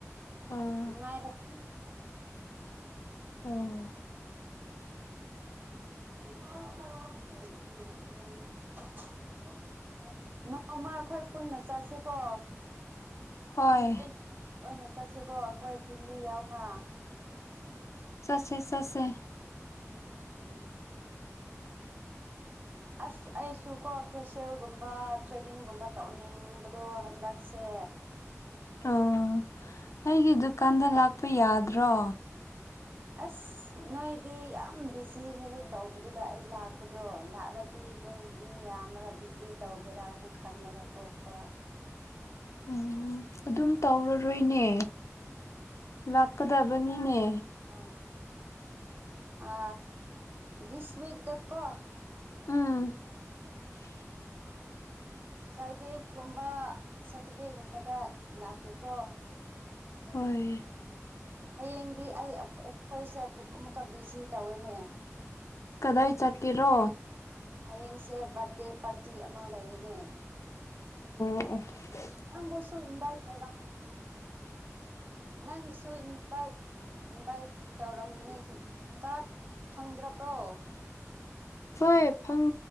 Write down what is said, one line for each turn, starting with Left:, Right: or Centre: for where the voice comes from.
Left: ꯑꯥ
Right: ꯅꯨꯡꯉꯥꯏꯔꯛꯄꯒꯤ
Left: ꯑꯣ
Right: <unintelligible> ꯅꯣꯡꯃ ꯑꯩꯈꯣꯏ ꯄꯨꯟꯅ ꯆꯠꯁꯦꯀꯣ
Left: ꯍꯣꯏ
Right: ꯐꯝꯂꯤ ꯑꯣꯏꯅ ꯆꯠꯁꯦꯀꯣ ꯑꯩꯈꯣꯏ ꯐꯝꯂꯤ ꯌꯥꯎꯅ
Left: ꯆꯠꯁꯦ ꯆꯠꯁꯦ
Right: ꯎꯝ
Left: <inaudible>
Right: ꯑꯁ ꯑꯩꯁꯨ ꯀꯣ ꯐꯦꯁꯤꯌꯦꯜꯒꯨꯝꯕ ꯊ꯭ꯔꯦꯗꯤꯡꯒꯨꯝꯕ ꯇꯧꯅꯤꯡꯕꯗꯣ ꯍꯟꯗꯛꯁꯦ
Left: ꯑꯣ ꯑꯩꯒꯤ ꯗꯨꯀꯥꯟꯗ ꯂꯥꯛꯄ ꯌꯥꯗ꯭ꯔꯣ
Right: ꯑꯁ ꯅꯣꯏꯗꯤ ꯌꯥꯝ ꯕꯤꯖꯤ ꯍꯦꯛ ꯍꯦꯛ ꯇꯧꯕꯗꯨꯗ ꯑꯩ ꯂꯥꯛꯄꯗꯣ ꯂꯥꯛꯂ__ ꯇꯤ ꯅꯣꯏ ꯃꯤ ꯌꯥꯝꯔꯒꯥ ꯕꯤꯖꯤ ꯇꯧꯒꯦꯔꯅ ꯈꯜꯂꯒ ꯇꯣꯛꯄ
Left: ꯎꯝ ꯑꯗꯨꯝ ꯇꯧꯔꯔꯣꯏꯅꯦ ꯂꯥꯛꯀꯗꯕꯅꯤꯅꯦ
Right: ꯑ ꯑ ꯗꯤꯁ ꯋꯤꯛ ꯗ ꯀꯣ
Left: ꯎꯝ <unintelligible>
Right: ꯐ꯭ꯔꯥꯏꯗꯦꯒꯨꯝꯕ ꯁꯇꯔꯗꯦꯒꯨꯝꯕꯗ ꯂꯥꯛꯀꯦꯀꯣ <unintelligible>
Left: ꯍꯣꯏ
Right: ꯍꯌꯦꯡꯗꯤ ꯑꯩ ꯑꯩꯈꯣꯏꯁꯦ ꯕꯨꯛ ꯑꯃꯨꯛꯀ ꯕꯤꯖꯤ ꯇꯧꯋꯦꯅꯦ
Left: ꯀꯗꯥꯏ ꯆꯠꯀꯦꯔꯣ
Right: ꯍꯌꯦꯡꯁꯦ ꯕꯥꯔꯗꯦ ꯄꯥꯔꯇꯤ ꯑꯃ ꯂꯩꯌꯦꯅꯦ
Left: ꯑꯦ
Right: ꯅꯪꯕꯨꯁꯨ ꯏꯟꯚꯥꯏꯠ ꯇꯧꯔꯥꯛꯀꯦ ꯅꯪꯒꯤꯁꯨ ꯏꯟꯚꯥꯏꯠ ꯏꯟꯚꯥꯏꯠ ꯇꯧꯔꯝꯒꯅꯤ ꯀꯥꯔꯗ ꯐꯪꯗ꯭ꯔꯕꯣ
Left: ꯍꯣꯏ ꯐꯪ